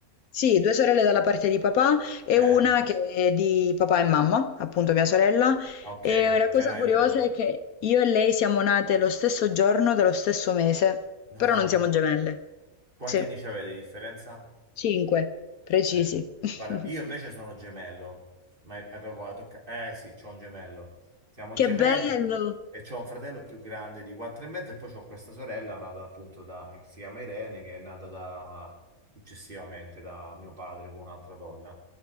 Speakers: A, on the left (about 70°); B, on the right (about 35°).
A: Sì, due sorelle dalla parte di papà e
B: Eh,
A: una che è di papà e mamma, appunto mia sorella.
B: ok,
A: E la
B: ce
A: cosa
B: n'hai
A: curiosa
B: una.
A: è che io e lei siamo nate lo stesso giorno dello stesso mese,
B: No.
A: però non siamo gemelle.
B: Quanti
A: Sì,
B: anni ci avete di differenza?
A: cinque, precisi.
B: Eh.
A: <laughs>
B: Guarda, io invece sono gemello, ma hai hai proprio toccato... Eh sì, c'ho un gemello. Siamo gemelli
A: Che bello!
B: e c'ho un fratello più grande di quattro e mezzo e poi c'ho questa sorella nata appunto da... che si chiama Irene, che è nata da... successivamente da mio padre con un'altra donna.